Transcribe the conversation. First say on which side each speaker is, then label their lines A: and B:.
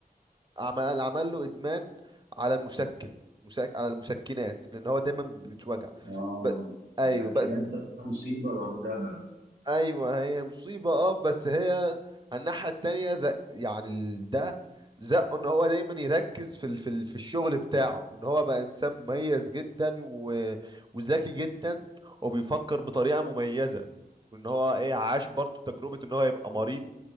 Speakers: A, on the right; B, on the right.
A: عمل عمل له ادمان على المشكن مشك... على المشكنات لان هو دايما بتوجع
B: اه
A: ب... ايوه
B: مسكنات
A: ب...
B: ده مصيبه لوحدها
A: ايوه هي مصيبه اه بس هي على الناحيه التانيه زق... يعني ال- ده زقه ان هو دايما يركز في ال... في, ال... في الشغل بتاعه وان هو بقى انسان مميز جدا و... وذكي جدا وبيفكر بطريقه مميزه وان هو ايه عاش برضو تجربه ان هو يبقى مريض